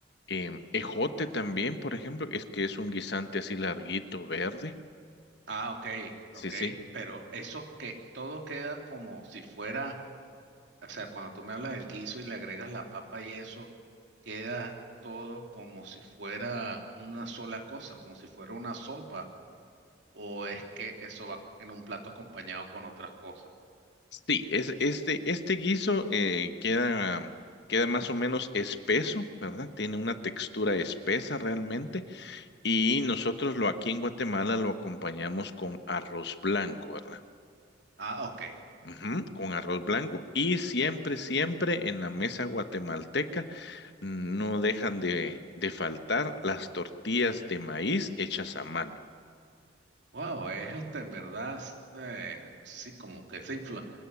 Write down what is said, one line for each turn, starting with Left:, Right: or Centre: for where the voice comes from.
Left: em, ejote también, por ejemplo, es que es un guisante así larguito, verde.
Right: Ah, ok,
Left: Sí,
Right: ok.
Left: sí.
Right: Pero eso que todo queda como si fuera o sea, cuando tú me hablas del guiso y le agregas la papa y eso, queda todo como si fuera una sola cosa, como si fuera una sopa, o es que eso va en un plato acompañado con otras cosas.
Left: Sí, es, este, este guiso eh, queda, queda más o menos espeso, ¿verdad? Tiene una textura espesa realmente y nosotros lo aquí en Guatemala lo acompañamos con arroz blanco, ¿verdad?
Right: Ah, ok.
Left: Ujú, con arroz blanco y siempre, siempre en la mesa guatemalteca no dejan de, de faltar las tortillas de maíz hechas a mano.
Right: Wow, es este, en verdad, s- eh, sí, como que esa, influ-